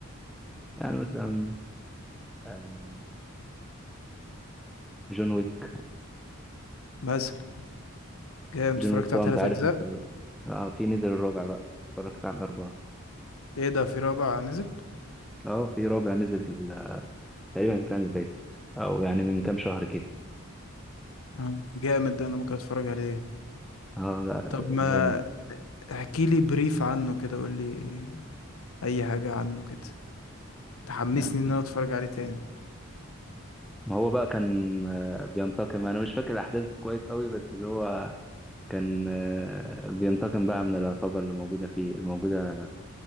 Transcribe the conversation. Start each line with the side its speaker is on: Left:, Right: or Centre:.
Centre: يعني مثلا آه، جون ويك
Left: مثلا جامد
Centre: جون
Left: اتفرجت
Centre: ويك طبعا
Left: على تلات
Centre: انت عارف
Left: اجزاء
Centre: انت اه في نزل الرابع بقى اتفرجت على الاربعه
Left: ايه ده في رابع نزل
Centre: اه في رابع نزل في ال- تقريبا السنه اللي فاتت او يعني من كام شهر كده
Left: آه، جامد ده انا ممكن اتفرج عليه
Centre: اه لا
Left: طب ما
Centre: جامد
Left: احكي لي بريف عنه كده قول لي اي حاجه عنه كده تحمسني
Centre: يعني
Left: ان انا اتفرج عليه تاني
Centre: ما هو بقى كان آه، بينتقم انا مش فاكر الاحداث كويس قوي بس اللي هو كان آه، بينتقم بقى من العصابة اللي موجودة في الموجودة